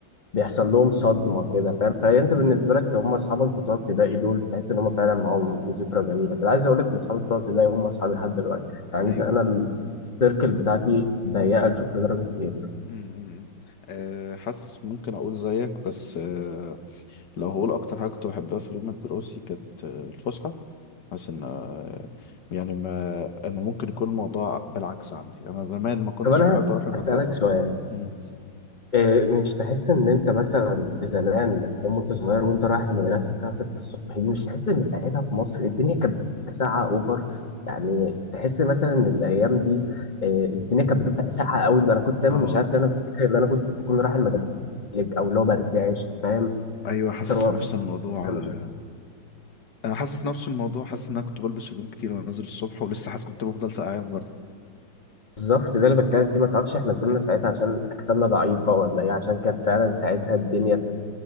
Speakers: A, on the left; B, on the left.
A: بيحصل لهم صدمة كده فاهم فأنت
B: امم
A: بالنسبة لك هم أصحابك بتوع ابتدائي دول تحس إن هم فعلا معاهم ذكرى جميلة كده عايز أقول لك إن أصحابي بتوع ابتدائي هم أصحابي لحد دلوقتي يعني
B: ايوه
A: أنا السيركل بتاعتي ضيقة نشوف لدرجة إيه
B: امم أمم. أه حاسس ممكن اقول زيك بس أه لو هقول اكتر حاجه كنت بحبها في اليوم الدراسي كانت آه، الفسحه حاسس ان آه، يعني ما انا ممكن يكون الموضوع بالعكس عندي انا زمان ما كنتش
A: طب أنا
B: بحب
A: هس-
B: اروح المدرسه
A: هسألك شوية
B: مم.
A: إيه، مش تحس ان انت مثلا زمان يوم انت صغير وانت رايح المدرسه الساعه 6 الصبح دي مش تحس ان ساعتها في مصر الدنيا كانت بتبقى ساعه اوفر يعني تحس مثلا ان الايام دي إيه، الدنيا كانت بتبقى ساقعه قوي انا كنت دايما
B: اه
A: مش عارف ليه انا بفتكر ان انا كنت بكون رايح المدرسه او اللي هو برجعش فاهم
B: ايوه حاسس
A: مثلا وأنا
B: نفس الموضوع
A: في-
B: آه،
A: مش عارف.
B: انا حاسس نفس الموضوع حاسس ان انا كنت بلبس هدوم كتير وانا نازل الصبح ولسه حاسس كنت بفضل سقعان برضه
A: بالظبط ده اللي بتكلم فيه ما تعرفش احنا كنا ساعتها عشان اجسامنا ضعيفه ولا ايه عشان كانت فعلا ساعتها الدنيا